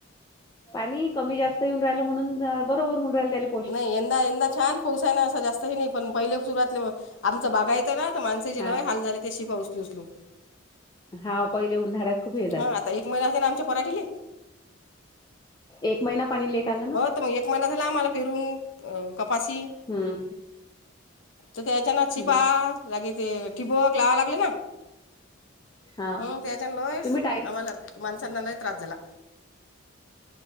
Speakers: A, on the left; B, on the left.
A: पाणी कमी जास्त येऊन राहिलं म्हणून बरोबर होऊन राहिल त्यामुळे
B: नाही यंदा यंदा छान पोसाय ना असं जास्तही नाही पण पहिले सुरुवातीला आमच बागा येत आहे ना माणसं जे
A: हा
B: लय हाल झाले ते शि पाऊस उचलो
A: हा पहिले उन्हाळ्यात खूप हे झालं
B: हं आता एक महिना झाला आमच्या पराठीले
A: एक महिना पाणी लेट आल ना
B: त मग एक महिना झाला आम्हाला फिरून कपाशी
A: हम्म
B: तर त्याच्या ना चीपा
A: हम्म
B: लागेच ते ठिबक लावाव लागलं ना
A: हा
B: हम्म त्याच्या लयच
A: तुम्ही टाईम
B: आम्हाला माणसांना लय त्रास झाला.